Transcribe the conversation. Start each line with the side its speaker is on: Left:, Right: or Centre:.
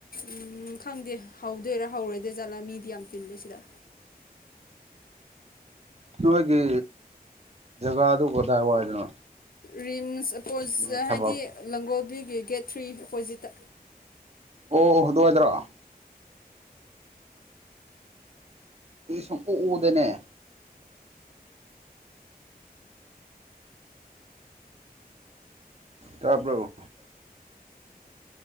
Left: ꯎꯝ ꯈꯪꯗꯦ ꯍꯧꯗꯣꯏꯔꯥ ꯍꯧꯔꯣꯏꯗꯣꯏ ꯖꯥꯠꯂ ꯃꯤꯗꯤ ꯌꯥꯝ ꯇꯤꯜꯂꯦ ꯁꯤꯗ
Right: ꯅꯣꯏꯒꯤ ꯖꯒꯥꯗꯨ ꯀꯗꯥꯏ ꯋꯥꯏꯗꯅꯣ
Left: ꯔꯤꯝꯁ <unintelligible>
Right: ꯅꯣꯏ ꯊꯕꯛ
Left: ꯍꯥꯏꯗꯤ ꯂꯥꯡꯒꯣꯜꯕ꯭ꯋꯨꯒꯤ ꯒꯦꯠ ꯊ꯭ꯔꯤ ꯑꯣꯄꯣꯖꯤꯠꯇ
Right: ꯑꯣ ꯑꯗꯨꯋꯥꯏꯗꯥꯔꯣ ꯑꯩꯁ ꯁꯨꯝꯎꯨ ꯎꯗ‌ꯦꯅꯦ ꯇꯥꯕ꯭ꯔꯣ